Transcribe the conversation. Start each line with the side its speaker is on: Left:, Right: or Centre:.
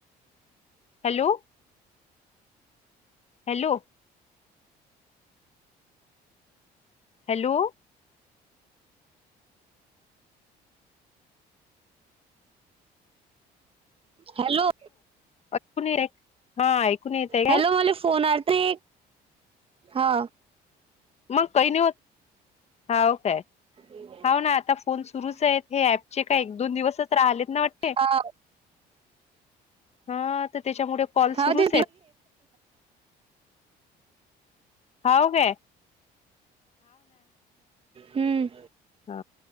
Left: हॅलो हॅलो हॅलो
Right: हॅलो
Left: ऐकून येत हा ऐकून येतय काय
Right: हॅलो मला फोन आ ते हा
Left: मग काही नाही होत हा ओ काय
Right: हम्
Left: होा ना आता फोन सुरूच आहेत हे ऍपचे का एक दोन दिवसच राहिलेत ना वाटते
Right: हा
Left: हा तर त्याच्यामुळे कॉल
Right: हा
Left: सुरूच
Right: ते
Left: आहेत हाव काय
Right: हम्म
Left: हा